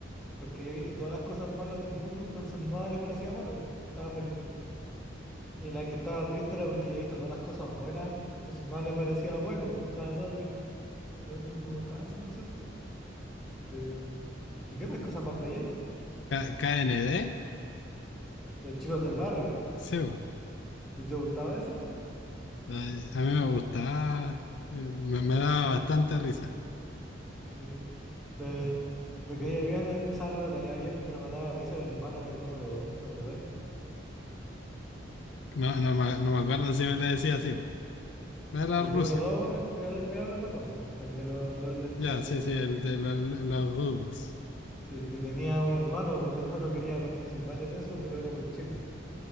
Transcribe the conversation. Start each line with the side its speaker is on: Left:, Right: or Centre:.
Centre: Porque había visto todas las cosas malas del mundo, entonces nada le parecía malo. pu. Estaba feliz. Y la que estaba triste era porque había visto todas las cosas buenas, entonces nada le parecía bueno. pu. Estaba toda triste. Eh, Me gustaba ese concepto. Eh, ¿qué qué otras cosas más veíais?
Left: K- KND,
Centre: Los chicos del barrio.
Left: sí, bo.
Centre: ¿Les gustaba ese?
Left: Ay, a mí me gustaba, eh, me, me daba bastante risa.
Centre: Sí, me, me caía bien, el- o sea, no me caía bien, pero me daba risa el hermano del número dos ¿te acordáis?
Left: No, no, me no me acuerdo si me le decía así, bo. Era
Centre: El
Left: Rusia,
Centre: número dos e, era, el era el guatón, po, el de los, de los lentes,
Left: ya, sí, sí, el
Centre: ¿cómo se
Left: de
Centre: dice?
Left: la- los Rubles,
Centre: Sí, y tenía un hermano, pues el hermano quería participar en eso, pero era muy chico.